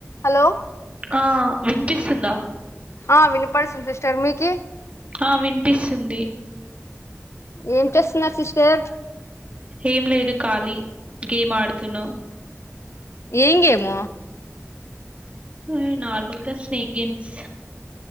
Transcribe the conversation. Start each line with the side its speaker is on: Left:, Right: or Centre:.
Left: Hello
Right: ఆ విన్పిస్తుందా
Left: ఆ వినిపడు <unintelligible> సిస్టర్ మీకీ
Right: ఆ వినిపిస్తుంది
Left: ఏం చేస్తున్నారు సిస్టర్
Right: ఏం లేదు ఖాలీ గేమ్ ఆడుతున్నం
Left: ఏం గేమో
Right: ఎ నార్మల్గా స్నేక్ గేమ్స్